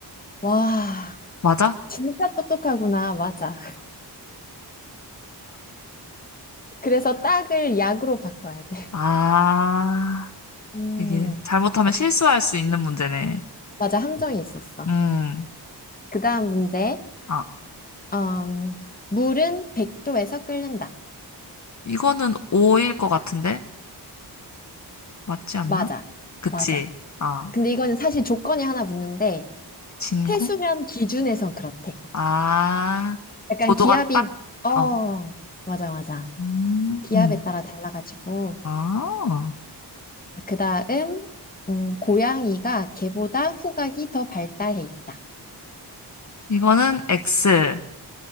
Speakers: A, on the left; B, on the left.
A: 와,
B: 맞아?
A: 진짜 똑똑하구나. 맞아. 그래서 딱을 약으로 바꿔야 돼.
B: 아,
A: <laughs> 음,
B: 되게 잘못하면
A: 딱,
B: 실수할 수 있는 문제네.
A: 맞아, 함정이 있었어.
B: 음.
A: 그 다음 문제.
B: 아,
A: 음, 물은 100도에서 끓는다.
B: 이거는 오일 것 같은데? 맞지 않나?
A: 맞아.
B: 그치.
A: 맞아.
B: 아,
A: 근데 이거는 사실 조건이 하나 붙는데,
B: 진공?
A: 해수면 기준에선 그렇대.
B: 아,
A: 약간
B: 고도가
A: 기압이,
B: 딱,
A: 어,
B: 어.
A: 맞아, 맞아.
B: 음.
A: 기압에
B: 음.
A: 따라 달라가지고.
B: 아,
A: 그 다음, 음, 고양이가 개보다 후각이 더 발달해 있다.
B: 이거는 X일